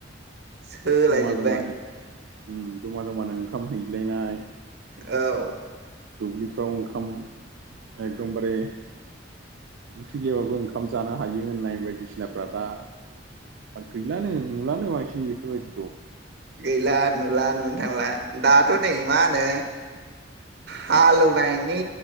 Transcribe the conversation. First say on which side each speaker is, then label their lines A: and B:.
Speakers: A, on the right (about 60°); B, on the right (about 75°).
A: सोलायजोब्बाय
B: जमा जमानो उम जमा जमानो ओंखाम हैज्लायनाय।
A: औ।
B: दुब्लिफ्राव ओंखाम एकदमबारे ओंख्रि गैयाबाबो ओंखाम जानो हायो होननाय बायदिसिनाफ्रा दा गैलानो नुलानो बांसिन बेफोरबायदि।
A: गैला नुला नुनो थांला दाथ' नै मा होनो हालौवनायनि